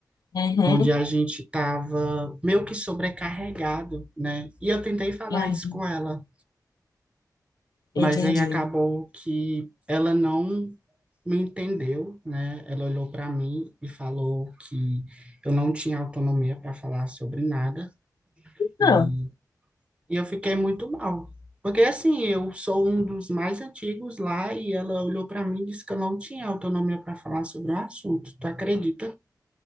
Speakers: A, on the left; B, on the right.
A: uhum,
B: onde a gente estava meio que sobrecarregado, né? E eu tentei falar
A: uhum.
B: isso com ela, mas
A: Entendi.
B: aí acabou que ela não me entendeu, né? Ela olhou para mim e falou que eu não tinha autonomia para falar sobre nada e,
A: Não,
B: e eu fiquei muito mal. Porque assim, eu sou um dos mais antigos lá e ela olhou para mim e disse que eu não tinha autonomia para falar sobre o assunto. Tu acredita?